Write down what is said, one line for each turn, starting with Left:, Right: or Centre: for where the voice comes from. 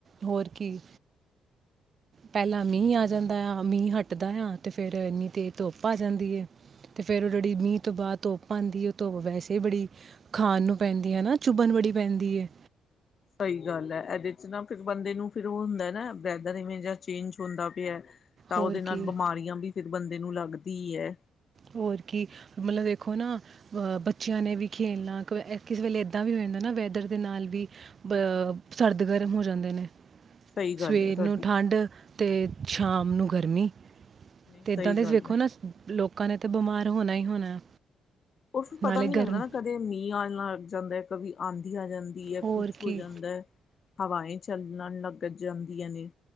Right: ਹੋਰ ਕੀ ਪਹਿਲਾਂ ਮੀਂਹ ਆ ਜਾਂਦਾ ਆ ਮੀਂਹ ਹੱਟਦਾ ਆ ਤੇ ਫੇਿਰ ਇੰਨੀ ਤੇਜ਼ ਧੁੱਪ ਆ ਜਾਂਦੀ ਹੈ ਤੇ ਫੇਿਰ ਉਹ ਜਿਹੜੀ ਮੀਂਹ ਤੋਂ ਬਾਅਦ ਧੁੱਪ ਆਉਂਦੀ ਹੈ ਉਹ ਧੁੱਪ ਵੈਸੇ ਬੜੀ ਖਾਣ ਨੂੰ ਪੈਂਦੀ ਹੈ ਹੈਾ ਚੁੱਭਣ ਬੜੀ ਪੈਂਦੀ ਹੈ
Left: ਸਹੀ ਗੱਲ ਹੈ ਇਹਦੇ ਚ ਨਾ ਫਿਰ ਬੰਦੇ ਨੂੰ ਫਿਰ ਉਹ ਹੁੰਦਾ ਨਾ ਵੈਦਰ ਇਵੇਂ ਜ ਚੇਂਜ ਹੁੰਦਾ ਪਿਆ ਤਾਂ
Right: ਹੋਰ
Left: ਉਹਦੇ ਨਾਲ
Right: ਕੀ
Left: ਬਿਮਾਰੀਆਂ ਵੀ ਫਿਰ ਬੰਦੇ ਨੂੰ ਲੱਗਦੀ ਏ
Right: ਹੋਰ ਕੀ ਮਤਲਬ ਦੇਖੋ ਨਾ ਅ ਬੱਚਿਆਂ ਨੇ ਵੀ ਖੇਲਣਾ ਕਿਸੇ ਵੇਲੇ ਏਦਾਂ ਵੀ ਹੋਦਾ ਨਾ ਵੈਦਰ ਦੇ ਨਾਲ ਵੀ ਅ ਸਰਦ ਗਰਮ ਹੋ ਜਾਂਦੇ ਨੇ
Left: ਸਹੀ ਗੱਲ
Right: ਸਵੇਰ
Left: ਹੈ ਤੁਹਾਡੀ
Right: ਨੂੰ ਠੰਢ ਤੇ ਸ਼ਾਮ ਨੂੰ ਗਰਮੀ
Left: ਨਹੀਂ
Right: ਤੇ ਏਦਾਂ
Left: ਸਹੀ
Right: ਤਾਂ
Left: ਗੱਲ
Right: ਵੇਖੋ
Left: ਹੈ
Right: ਨਾ ਲੋਕ ਤੇ ਬਿਮਾਰ ਹੋਣਾ ਹੀ ਹੋਣਾ
Left: ਉਸਨੂੰ ਪਤਾ
Right: ਨਾਲੇ
Left: ਨੀ ਲੱਗਦਾ
Right: ਗਰਮ
Left: ਨਾ ਕਦੇ ਮੀਂਹ ਆ ਨਾਲ ਜਾਂਦਾ ਕਦੀ ਆਂਧੀ ਆ ਜਾਂਦੀ ਈਆ
Right: ਹੋਰ
Left: ਕੁਛ
Right: ਕੀ
Left: ਹੋ ਜਾਂਦਾ ਏ ਹਵਾਏ ਚੱਲਣ ਲੱਗ ਜਾਂਦੀਆਂ ਨੇ